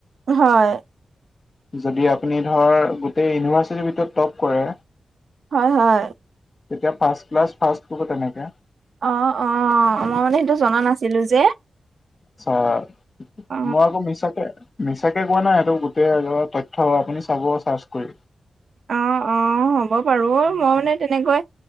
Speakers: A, on the right (about 70°); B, on the left (about 30°).
A: হয়
B: যদি আপুনি ধৰ গোটেই ইউনিভাৰ্চিটি ভিতৰত টপ কৰে।
A: হয় হয়।
B: তেতিয়া ফাৰ্ষ্ট ক্লাছ ফাৰ্ষ্ট ক'ব তেনেকে।
A: অ অ, মই মানে সেইটো জনা নাছিলো যে।
B: <unintelligible>
A: অ
B: মই আকৌ মিছাকে মিছাকে কোৱা নাই সেইটো গোটেই একেবাৰে তথ্য আপুনি চাব চাৰ্চ কৰি।
A: অ অ, হ'ব বাৰু মই মানে তেনেকৈ